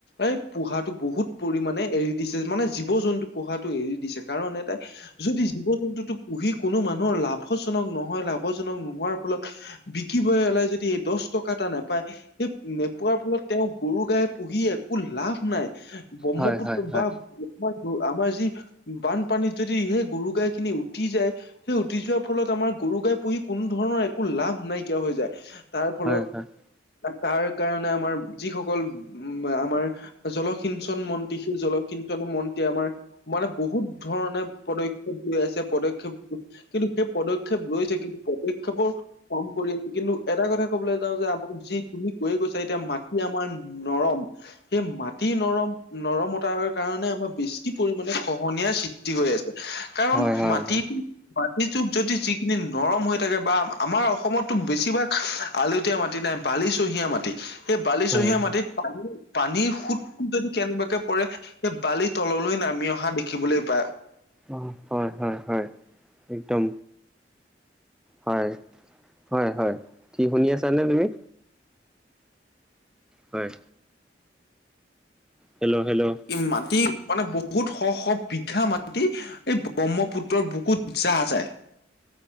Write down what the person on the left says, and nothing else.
এই পোহাটো বহুত পৰিমণে এৰি দিছে মানে জীৱ জন্তু পোহাটো এৰি দিছে কাৰণ এ তাই যদি জীৱ জন্তুটো পুহি কোনো মানুহৰ লাভজনক নহয় লাভজনক নোহোৱাৰ ফলত বিকিব এলাই যদি এই দশ টকা এটা নেপায় সেই নেপোৱাৰ ফলত তেওঁ গৰু গাই পুহি একো লাভ নাই। ব্ৰহ্মপুত্ৰ
বা বিষয় টো আমাৰ যি বানপানীত যদি সেই গৰু গাই খিনি উটি যায়। সেই উটি যোৱাৰ ফলত আমাৰ গৰু গাই পুহি কোনো ধৰণৰ একো লাভ নাইকিয়া হৈ যায় তাৰ ফলত
তাৰ কাৰণে আমাৰ যিসকল উম আমাৰ জলসিঞ্চন মন্ত্ৰী সেই জলসিঞ্চন মন্তীয়ে আমাৰ মানে বহুত ধৰণে পদক্ষেপ লৈ আছে পদক্ষেপ কিন্তু সেই পদক্ষেপ লৈ কিন্তু পদক্ষেপৰ কাম কৰি আছে কিন্তু এটা কথা ক'বলৈ যে আমাৰ যি তুমি কৈ গৈছা এতিয়া মাটি আমাৰ নৰম সেই মাটি নৰম নৰমতাৰ কাৰণে আমাৰ বেছি পৰিমাণে খহনীয়াৰ সৃষ্টি হৈ আছে। কাৰণ
মাটি
মাটি যু যদি যিখিনি নৰম হৈ থাকে বা আমাৰ অসমতো বেছিভাগ আলোত- তীয়া মাটি নাই বালিচহীয়া মাটি, সেই বালিচহীয়া
মাটিত পানীৰ সুতটো যদি কেনেবাকে পৰে এই বালি তললৈ নামি অহা দেখিবলৈ পায়
মাটি মানে বহুত শ'-শ' বিঘা মাটি এই ব্ৰহ্মপুত্ৰৰ বুকুত জ্বাহ যায়।